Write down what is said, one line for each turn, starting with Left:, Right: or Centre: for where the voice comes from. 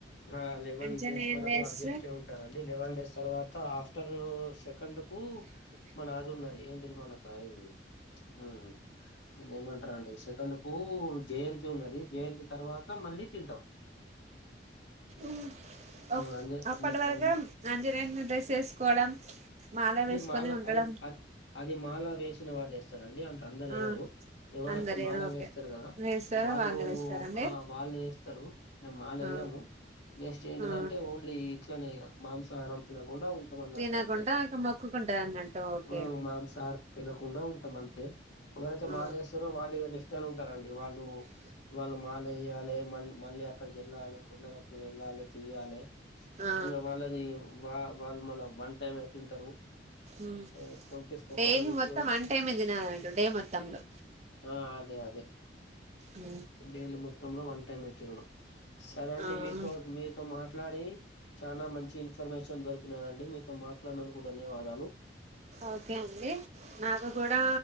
Left: హా లెవెన్
Right: అంజనే
Left: డేస్ వరకు
Right: డ్రెస్
Left: అడ్జస్ట్ అయి ఉంటారండి లెవెన్ డేస్ తర్వాత ఆఫ్టరు సే కండ్ కు మన ఆది ఉన్నది ఏంటిది మన ఇది ఉమ్ నేను ఏమంటారండి సెకండ్ కు జయంతి ఉన్నది జయంతి తర్వాత మళ్ళీ తింటాం
Right: ఉ అప్
Left: ఆ అంజ
Right: అప్పటి
Left: అంజ
Right: వరకు
Left: అంజ్
Right: అంజనేని డ్రెస్స్ కోవడం మాల
Left: అది
Right: వేసుకొని
Left: మాల
Right: ఉండడం
Left: అది అది అది మాలా వేసిన వాళ్ళు వేస్తారండి అంత అందరు వయ్యారు
Right: ఆ
Left: ఎవరైతే
Right: అందరు
Left: మాల
Right: ఓకే
Left: వేస్తారు కదా
Right: వేస్తారో
Left: వాళ్ళు
Right: వేస్తారండి
Left: హా వాళ్లేస్తరు మాల
Right: ఆ
Left: ఎ ఎయ్యము జస్ట్ ఏంటిదంటే
Right: ఆ
Left: ఓన్లీ ఇట్లనే ఇగా మాంసాహారం తినకుండా ఉంటాం అన్నట్
Right: తినకుండా
Left: తే
Right: ఇక మొక్కుకుంటారు అన్నట్టు ఓకే
Left: ఉమ్ మాంసాహారం తినకుండా ఉంటాం అంతే ఒకరైతే
Right: ఆ
Left: మా వదిలేస్తారో వాళ్ళు ఇగా నిష్టలో ఉంటారండి వాళ్ళు వాళ్ళు మాలయ్యాలే మల్ మళ్ళీ అక్కడికి వెళ్లాలి కుండగట్టుకు వెళ్ళాలి తీయాలి
Right: ఆ
Left: ఉ వాళ్ళది వా వాళ్ళు మల్ల వన్ టైమే తింటరు
Right: ఉ
Left: ఏ ట్వంటీ ఒకటో
Right: డైలీ
Left: ఇప్పుడు
Right: మొత్తం వన్ టైమే తినాలంట డే మొత్తంలో
Left: ఆ అదే అదే
Right: ఉ
Left: డైలీ మొత్తంలో వన్ టైమ్ తిను సరే అండి
Right: ఆ
Left: మీతో మీతో మాట్లాడి చాలా మంచి ఇన్ఫర్మేషన్ దొరికినదండి మీతో మాట్లాడినందుకు ధన్యవాదాలు
Right: ఓకే అండి నాకు కూడా